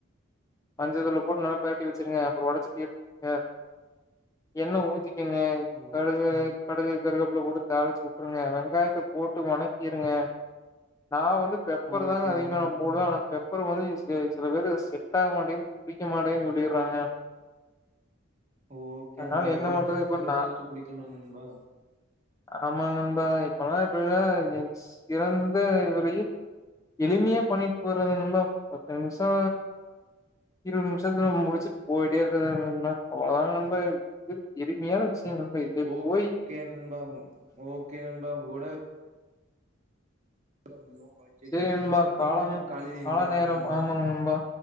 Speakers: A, on the left; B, on the right.
A: மஞ்சதூள போட்டு நல்லா பெரட்டி வச்சிருங்க அப்ரோ உடச்சு கே என்ன ஊத்திக்கங்க
B: ஓ
A: கடுகு கடகு கருக உள்ள போட்டு தாளிச்சு உட்டுருங்க வெங்காயத போட்டு வணக்கிருங்க நா வந்து பெப்பர்
B: ஓகே
A: தாங்க அதிக
B: நண்பா
A: ந போடுவ ஆன பெப்பர் அப்புறம் வந்து ச சில பேர் செட் ஆக மாட்டேன்னு பிடிக்க மாட்டேன்னு சொல்லிடுறாங்க
B: ஓகே
A: அதனால
B: ண்பா
A: என்ன
B: ஒருத்தவங்கக்கு
A: பண்றது இப்ப
B: ஒரு
A: நா
B: டேஸ்ட்ட் புடிக்குல நண்பா
A: ஆமா நண்பா இப்பல்லாம் எப்படன சிறந்த இவர எளிமைய பண்ணிட்டு போறது நண்பா பத்டிஹெச் நிமிஷோ இருவது நிமிஷத்துல முடிச்சிட்டு போயிட்டே இருக்கால நண்பா அவ்வளவத நண்பா இது எலிமையான விஷயம் வந்து இதே
B: ஓகே
A: போய்
B: நண்பா ஓகே நண்பா ஓட <inaudible>
A: செரி நண்பா காலம்
B: மீண்டும் காலையில் இணைக்கலாம்
A: கால நேரம்
B: நண்பா
A: ஆமாங்க நண்பா